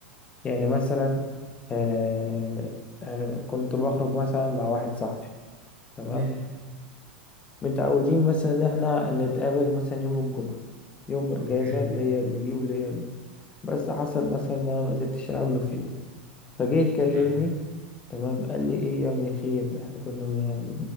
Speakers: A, on the left; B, on the right.
A: يعني مثلا آه آه كنت بخرج مثلا مع واحد صاحبي تمام
B: امم
A: متعودين مثلا ان احنا نتقابل مثلا يوم الجمعة يوم اجازة
B: اوكي
A: ليا ليه وليا ليه بس حصل مثلا ان انا ما قدرتش اقابله في يوم فجه يكلمني
B: تمام
A: تمام قال لي ايه يا ابني خير احنا كنا ما